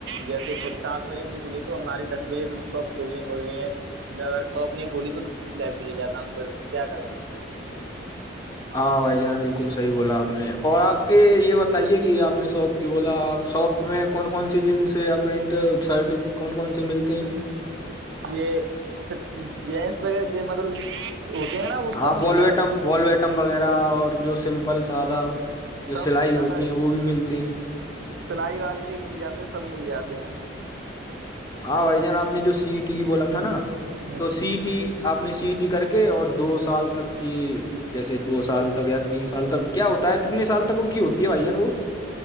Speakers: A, on the right (about 65°); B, on the left (about 20°).
A: جیسے پھر سات بجے نہیں کھلی تو ہماری دس بجے تو شاپ کھلنی کھولنی ہے میں اگر شاپ نہیں کھولی تو لائبریری جاتا ہوں پھر کیا کریں
B: ہاں بھائی جان بالکل صحیح بولا آپ نے اور آپ کے یہ بتائیے کہ آپ نے شاپ کہ بولا آپ شاپ میں کون کون سی جینس یا پینٹ شرٹ کون کون سے ملتے ہیں
A: یہ س جینس وغیرہ مطلب ہوتے ہیں نا وہ
B: ہاں
A: سب
B: بولویٹم
A: مل جاتے ہیں
B: بالویٹم وغیرہ اور جو سمپل سادہ جو
A: سب
B: سلائی
A: مل جاتا
B: ہوتی
A: ہے
B: ہیں وہ بھی ملتے ہیں
A: سلائی والے بھی مل جاتے ہیں سب مل جاتے ہیں
B: ہاں بھائی جان آپ نے جو سی ٹی کی بولا تھا نا
A: ہ
B: تو سی ٹی آپ نے سی ٹی کر کے اور دو سال تک کی جیسے دو سال یا تین سال تک کیا ہوتا ہے کتنے سال تک وہ کی ہوتی ہے بھائی جان وہ